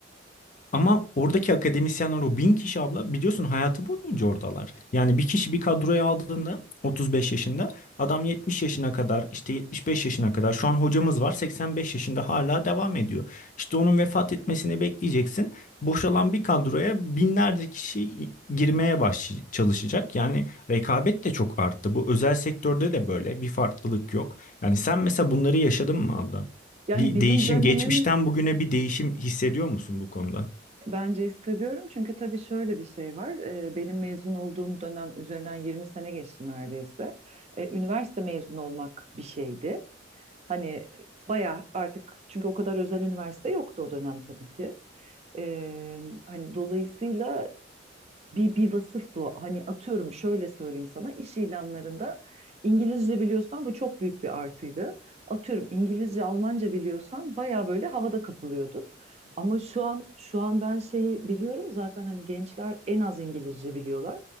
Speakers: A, on the left; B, on the right.
A: ama oradaki akademisyenler o bin kişi abla biliyorsun hayatı boyunca oradalar. Yani bir kişi bir kadroya aldığında 35 yaşında adam 70 yaşına kadar işte 75 yaşına kadar şu an hocamız var 85 yaşında hala devam ediyor. İşte onun vefat etmesini bekleyeceksin. Boşalan bir kadroya binlerce kişi girmeye baş çalışacak. Yani rekabet de çok arttı. Bu özel sektörde de böyle bir farklılık yok. Yani sen mesela bunları yaşadın mı abla?
B: Yani
A: Bir
B: bizim
A: değişim,
B: dönemimiz
A: geçmişten bugüne bir değişim hissediyor musun bu konuda?
B: Bence hissediyorum çünkü tabii şöyle bir şey var. Ee, Benim mezun olduğum dönem üzerinden 20 sene geçti neredeyse. Ee, Üniversite mezunu olmak bir şeydi. Hani bayağı artık çünkü o kadar özel üniversite yoktu o dönem tabii ki. Ee, Hani dolayısıyla bir, bir vasıftı o. Hani atıyorum şöyle söyleyeyim sana iş ilanlarında İngilizce biliyorsan bu çok büyük bir artıydı. Atıyorum İngilizce, Almanca biliyorsan baya böyle havada kapılıyordun. Ama şu an şu an ben şeyi biliyorum zaten hani gençler en az İngilizce biliyorlar.